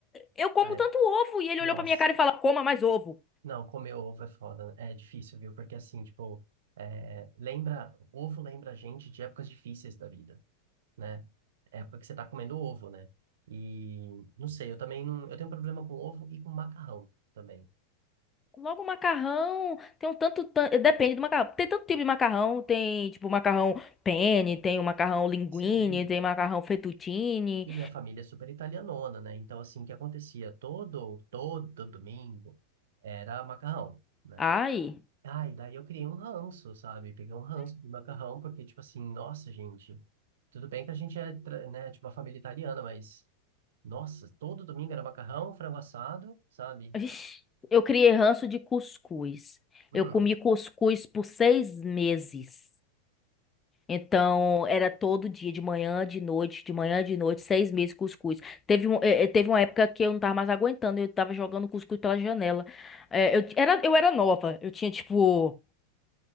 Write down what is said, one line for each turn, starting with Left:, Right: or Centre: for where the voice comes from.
Left: Eu como
Right: Ai,
Left: tanto ovo. E ele
Right: nossa.
Left: olhou pra minha cara e falou, coma mais ovo.
Right: Não, comer ovo é foda, né? É difícil, viu? Porque assim, tipo, é, lembra, ovo lembra a gente de épocas difíceis da vida, né? Época que você tá comendo ovo, né? E não sei, eu também não, eu tenho problema com ovo e com macarrão também.
Left: Logo macarrão, tem um tanto, tan- depende do macarrão. Tem tanto tipo de macarrão, tem tipo macarrão penne, tem o macarrão linguine,
Right: Sim.
Left: tem macarrão fettuccine.
Right: E minha família é super italianona, né? Então assim, o que acontecia todo todo domingo era macarrão. né?
Left: Ai,
Right: Ai, daí eu criei um ranço, sabe? Peguei um ranço de macarrão, porque, tipo assim, nossa, gente, tudo bem que a gente é, tra- né, tipo, uma família italiana, mas, nossa, todo domingo era macarrão, frango assado, sabe?
Left: vixi, eu criei ranço de cuscuz.
Right: Hum.
Left: Eu comi cuscuz por seis meses. Então, era todo dia, de manhã, de noite, de manhã, de noite, seis meses cuscuz. Teve, um, eh, eh, teve uma época que eu não tava mais aguentando, eu tava jogando cuscuz pela janela. Eh, eu, era, eu era nova, eu tinha tipo